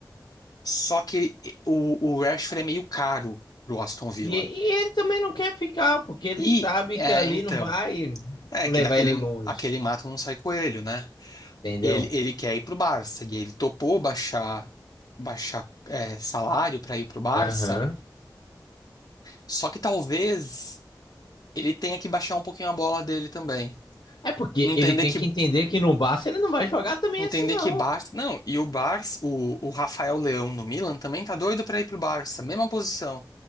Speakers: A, on the left; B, on the left.
A: Só que o, o Rashford é meio caro pro Aston Villa.
B: E, e ele também não quer ficar, porque ele
A: E,
B: sabe
A: é,
B: que ali
A: então,
B: não vai
A: é
B: levar
A: que daquele
B: ele longe,
A: aquele mato não sai coelho, né?
B: entendeu?
A: Ele, ele quer ir pro Barça e ele topou baixar, baixar é, salário para ir pro Barça.
B: Aham.
A: Só que talvez ele tenha que baixar um pouquinho a bola dele também.
B: É porque
A: Entender
B: ele tem
A: que
B: que entender que no Barça ele não vai jogar também
A: entender
B: assim, não.
A: que Barça, não, e o Barça, o, o Rafael Leão no Milan também tá doido para ir pro Barça, mesma posição.